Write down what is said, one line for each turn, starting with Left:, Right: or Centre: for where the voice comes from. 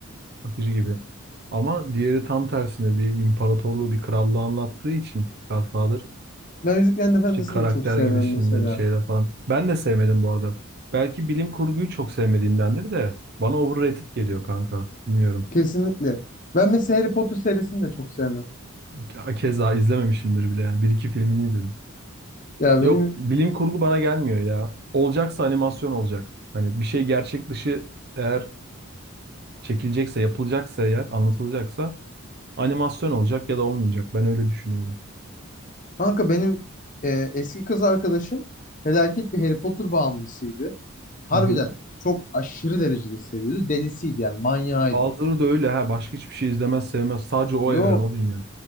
Right: akıcı gibi. Ama diğeri tam tersine bir imparatorluğu, bir krallığı anlattığı için Godfather.
Left: Ben Yüzüklerin Efendisi'ni
Right: İşte karakter
Left: de çok sevmem
Right: gelişimleri
Left: mesela.
Right: şeyler falan. Ben de sevmedim bu arada. Belki bilim kurguyu çok sevmediğimdendir de bana overrated geliyor kanka. Bilmiyorum.
Left: Kesinlikle. Ben mesela Harry Potter serisini de çok sevmem.
Right: Ke- Keza izlememişimdir bile yani. Bir iki filmini izledim.
Left: Ya
Right: Yok
Left: benim
Right: bilim kurgu bana gelmiyor ya. Olacaksa animasyon olacak. Hani bir şey gerçek dışı eğer çekilecekse, yapılacaksa eğer, anlatılacaksa animasyon olacak ya da olmayacak. Ben öyle düşünüyorum.
Left: kanka benim e, eski kız arkadaşım felaket bir Harry Potter bağımlısıydı. Harbiden
Right: Hı hı.
Left: çok aşırı derecede seviyordu. Delisiydi yani manyağıydı.
Right: Bazıları da öyle ha. Başka hiçbir şey izlemez, sevmez. Sadece o
Left: Yo
Right: evren, o dünya.